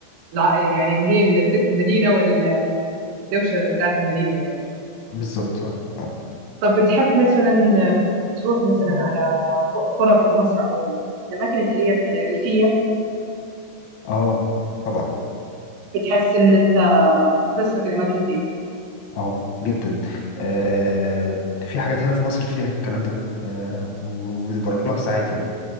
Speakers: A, on the right; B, on the left.
A: الع- يعني اللي هي ست المدينه والدوشه بتاعت المدينه يعني
B: بالظبط اه اه
A: طب بتحب مثلا آه، تروح مثلا على ق- قرى في مصر او الاماكن اللي هي الريفيه
B: آه، طبعا
A: بتحس ان انت بتناسبك الاماكن دي
B: اه جدا آه في حاجات هنا في مصر فيها الكلام ده آه و- وبروح لها ساعات يعني